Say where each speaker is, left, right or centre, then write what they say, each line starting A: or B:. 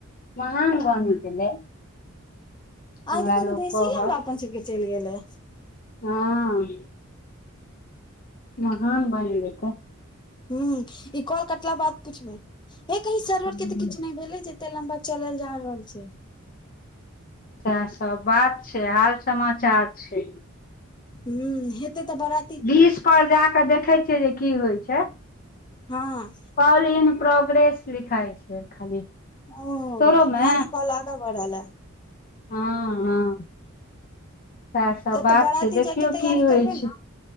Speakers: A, on the left; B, on the left.
A: महान बनेै के लेल
B: आ
A: हमरा
B: त कनी
A: लोक
B: बेसी
A: कहत
B: लम्बा अपनन सबके चलि गेलै
A: हँ महान बान <unintelligible>
B: ह ई कल कटला बाद पूछबे हे कह सर्वर
A: हूँ
B: केऽ किछु नहि भेलै जे ते लम्बा चलल जा रहल छै
A: त सब बात छै हाल समाचार छै
B: ह हेते तऽ बरा
A: बीच पर जा कऽ देखै छियै जे की होइ छै
B: हँ
A: कॉल इन प्रोग्रेस लिखइ छै खाली
B: ओ
A: तोरो मे
B: यान कहल आग बढ़ ल
A: हँ हँ सएह सब
B: तब
A: बात
B: तऽ बराती
A: छै देखियौ
B: जायके तैयारी
A: की होइ
B: करबै ने
A: छै